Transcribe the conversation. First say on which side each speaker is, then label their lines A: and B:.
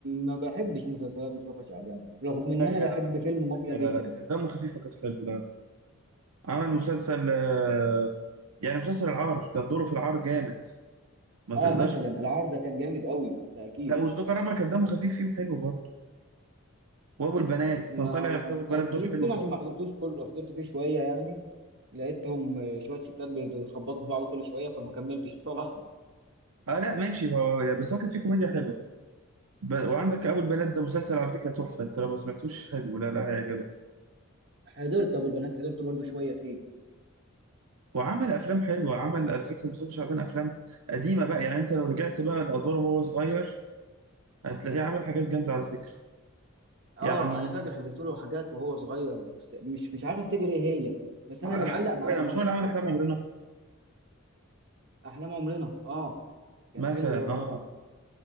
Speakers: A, on the right; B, on the right.
A: ما بحبش مسلسلات مصطفى شعبان رغم ان
B: لا
A: انا
B: يا
A: بحب
B: جدع لا
A: فيلم
B: كانت
A: مافيا
B: حلوة،
A: جدا
B: لا لا كان دمه خفيف وكانت حلوة لا لا عمل مسلسل آه، يعني مسلسل العار كان دوره في العار جامد ما تقدرش
A: اه مثلا العار ده كان جامد قوي ده اكيد
B: لا والزوجة الرابعة كان دمه خفيف فيه وحلو برضه وابو البنات
A: ما
B: كان طالع في ابو البنات
A: او يمكن
B: دور حلو برضه
A: عشان ما حضرتوش كله حضرت فيه شويه يعني لقيتهم شويه ستات بيخبطوا في بعض كل شويه فما كملتش بصراحه
B: اه لا ماشي هو يا- بس هو كان فيه كوميديا حلوه ب... وعندك ابو البنات ده مسلسل على فكره تحفه انت لو ما سمعتوش حلو لا لا هيعجبك
A: حضرت ابو البنات حضرته برضو شويه فيه
B: وعمل افلام حلوه عمل على فكره مصطفى شعبان افلام قديمه بقى يعني انت لو رجعت بقى الادوار وهو صغير هتلاقيه عامل حاجات جامده على فكره
A: اه
B: يعني
A: انا فاكر حضرت له حاجات وهو صغير بس مش مش عارف افتكر ايه هي بس انا
B: احلام
A: اللي معلق معايا
B: عمرنا
A: مافيا
B: مش هو اللي عمل احلام عمرنا
A: احلام عمرنا اه كان
B: مثلا
A: حلو برضه
B: اه
A: طبعا